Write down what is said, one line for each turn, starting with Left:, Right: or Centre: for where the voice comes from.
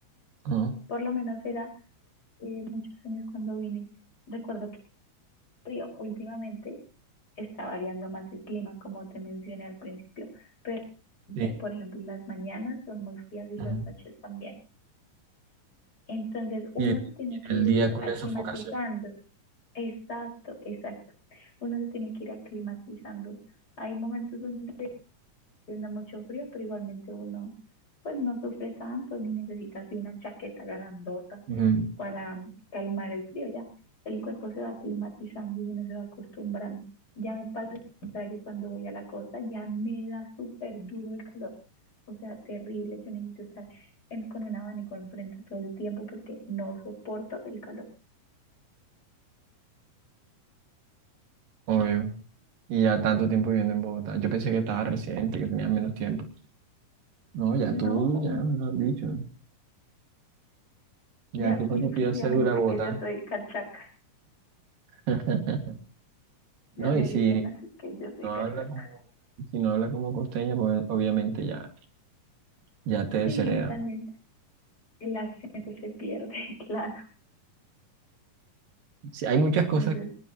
Right: ajá,
Left: por lo menos era eh, muchos años cuando vine. Recuerdo que frío, últimamente está variando más el clima, como te mencioné al principio, pero
Right: sí.
Left: te- por ejemplo las mañanas son muy frías y las
Right: ajá.
Left: noches también. Entonces uno
Right: Y el,
Left: se tiene que
Right: y el
Left: ir
Right: día con
Left: aclimatizando.
Right: la sofocación.
Left: Exacto, exacto. Uno se tiene que ir aclimatizando. Hay momentos donde está haciendo mucho frío, pero igualmente uno pues no sufre tanto ni necesita así una chaqueta grandota.
Right: Ajá,
Left: para calmar el frío, ya. El cuerpo se va climatizando y uno se va acostumbrando. Ya me pasa lo contrario cuando voy a la costa, ya me da súper duro el calor. O sea, terrible. Yo necesito estar en- con un abanico enfrente todo el tiempo porque no soporto el calor.
Right: Obvio. Y ya tanto tiempo viviendo en Bogotá. Yo pensé que estaba residente, que tenía menos tiempo. No, ya
Left: No,
Right: tú,
Left: uh,
Right: ya me lo has dicho. Ya
Left: ya
Right: tú para
Left: mi
Right: que
Left: familia
Right: pidas cédula
Left: me dice
Right: de
Left: que
Right: Bogotá.
Left: yo soy cachaca.
Right: <laughs>
Left: Ya
Right: No,
Left: me
Right: y si
Left: dicen así que yo soy
Right: no
Left: cachaca.
Right: habla como, si no habla como costeña, pues obviamente ya, ya te desheredan.
Left: Sí, también el acento se pierde, <laughs> claro.
Right: Sí, hay muchas cosas
Left: Entonces,